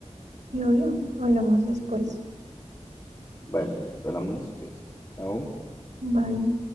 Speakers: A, on the right; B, on the left.
A: Y obvio, hablamos después.
B: Vale, listo, hablamos después. Chao.
A: bye